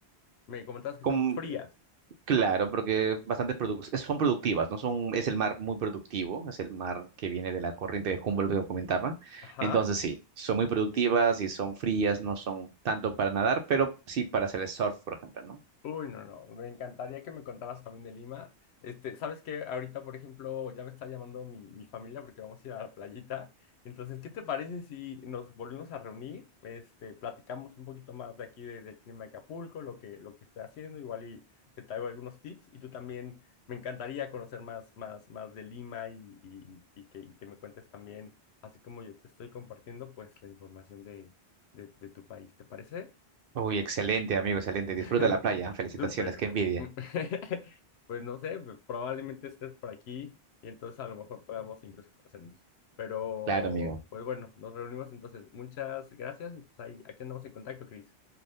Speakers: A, on the left; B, on the right.
A: Me comentabas que
B: Como-
A: son frías.
B: claro, porque bastante produ- es- son productivas, ¿no? Son, es el mar muy productivo, es el mar que viene de la corriente de Humboldt que comentaba.
A: Ajá.
B: Entonces sí, son muy productivas y son frías, no son tanto para nadar, pero sí para hacer el surf, por ejemplo, ¿no?
A: Uy, no, no, me encantaría que me contaras también de Lima. Este, ¿sabes qué? Ahorita, por ejemplo, ya me está llamando mi, mi familia porque vamos a ir a la playita. Entonces, ¿qué te parece si nos volvimos a reunir? Este, platicamos un poquito más de aquí de- del clima de Acapulco, lo que, lo que estoy haciendo, igual y te traigo algunos tips. Y tú también, me encantaría conocer más, más, más de Lima y, y, y que, y que me cuentes también, así como yo te estoy compartiendo, pues la información de, de, de tu país. ¿Te parece?
B: Uy, excelente, amigo, excelente.
A: <laughs>
B: Disfruta la playa, ¿eh? felicitaciones,
A: Súper.
B: qué envidia.
A: <laughs> Pues no sé, pues, probablemente estés por aquí y entonces a lo mejor podamos incluso conocernos. Pero,
B: Claro, amigo.
A: pues bueno, nos reunimos entonces. Muchas gracias y pues ahí, aquí andamos en contacto, Cris.